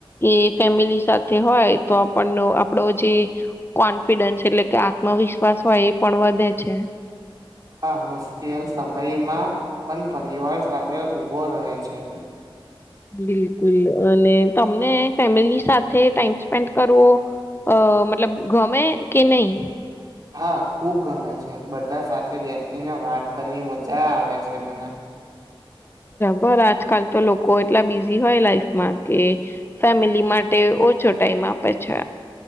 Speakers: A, on the left; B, on the right.
A: એ ફેમિલી સાથે હોય, તો આપળનો આપડો જે કોન્ફિડન્સ એટલે કે આ ત્મવિશ્વાસ હોય એ પણ વધે છે.
B: હા, મુશ્કેલ સમયમાં પણ પરિવાર સાથે ઉભો રહે છે.
A: બિલકુલ, અને તમને ફેમિલી સાથે ટાઈમ સ્પેન્ડ કરવો અ મતલબ ગમે કે નઈ?
B: હા, ખુબ ગમે છે, બધા સાથે બેસીને વાત કરવી મજા આવે છે મને.
A: પણ આજકાલ તો લોકો એટલા બિઝી હોય લાઈફમાં, કે ફેમિલી માટે ઓછો ટાઈમ આપે છે.